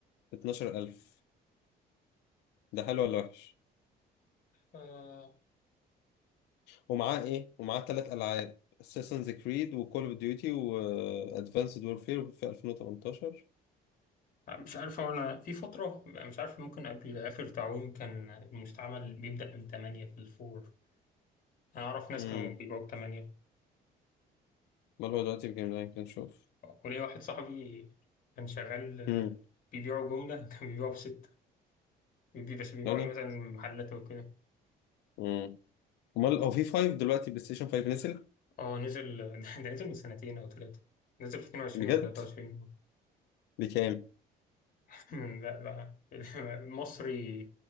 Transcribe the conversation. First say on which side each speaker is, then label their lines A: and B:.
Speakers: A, on the left; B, on the left.
A: ب 12000 ده حلو ولا وحش
B: آه.
A: ومعاه ايه ومعاه ثلاث العاب Assassin's Creed وكول اوف ديوتي وادفانسد وورفير في 2018
B: مش عارف هو انا في فترة مش عارف ممكن قبل اخر تعويم كان المستعمل بيبدأ من 8 في الفور انا اعرف ناس
A: امم
B: كانوا بيبيعوا ب 8
A: امال هو دلوقتي في جيم لاين كان شوف
B: وليا واحد صاحبي كان شغال آه،
A: امم
B: بيبيعوا جملة <laughs> كان بيبيعوا ب 6 بيبي- بس بيبيعوا
A: يعني
B: ايه مثلا محلات وكده
A: امم امال هو في 5 دلوقتي بلاي ستيشن 5 نزل
B: اه نزل <laughs> ده نزل من سنتين او ثلاثة نزل في 22
A: بجد
B: ولا 23
A: بكام
B: <laughs> لا بقى <laughs> المصري